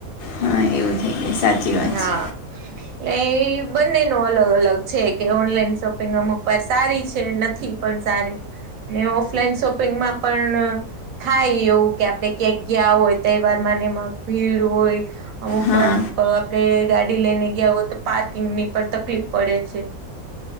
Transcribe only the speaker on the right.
હા
એટલે એ બંનેનું અલગ અલગ છે કે ઓનલાઈન શોપ પિંગ અમુક વાર સારી છે નથી પણ સારી. ને ઓફલાઈન શોપિંગમાં પણ થાય એવું કે આપણે ક્યાંક ગયા હોય, તહેવારમાં ને એમા ભીડ હોય, અમુકવાર
અ આપણે ગાડી લઈને ગયા હોતો પાર્કિંગની પણ તકલીફ પડે છે.